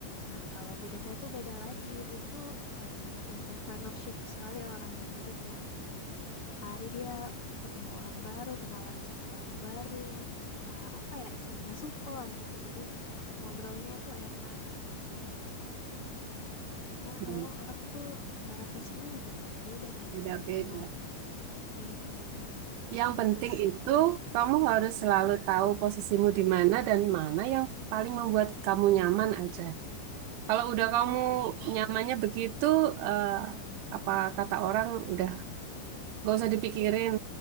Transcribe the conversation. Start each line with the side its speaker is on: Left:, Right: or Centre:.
Left: Nah, kalau bude saya tuh beda lagi, dia tuh eh, sangat entrepreneurship sekali orangnya. Jadi tiap hari dia ketemu orang baru, kenalan sama orang baru, eh, apa ya istilahnya supel gitu. Jadi ngobrolnya tuh enak gitu. Me-
Right: Hmm,
Left: Memang orang tuh eh, refreshingnya juga beda-beda mungkin
Right: Beda-beda.
Left: ya karena iya
Right: Yang penting
Left: seru sih
Right: itu
Left: tapi
Right: kamu harus selalu tahu posisimu di mana dan mana yang paling membuat kamu nyaman aja. Kalau udah kamu
Left: betul
Right: nyamannya begitu, eh, apa kata orang udah gak usah dipikirin.